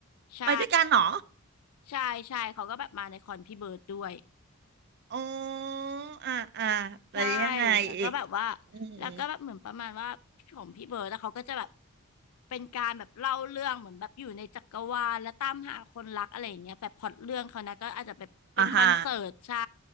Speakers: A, on the left; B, on the right.
A: ใช่
B: ไปด้วยกันเหรอ
A: ใช่ใช่เขาก็แบบมาในคอนพี่เบิร์ดด้วย
B: อ๋ออ่าอ่าแต่ยังไงอีก
A: ใช่แล้วก็แบบว่า
B: อืม
A: แล้วก็แบบเหมือนประมาณว่าของพี่เบิร์ดแล้วเขาก็จะแบบเป็นการแบบเล่าเรื่องเหมือนแบบอยู่ในจักรวาลและตามหาคนรักอะไรอย่างเงี้ยแบบพล็อตเรื่องเขานะก็อาจจะแบบเป็นคอนเสิร์ตใช่
B: อ่าฮะ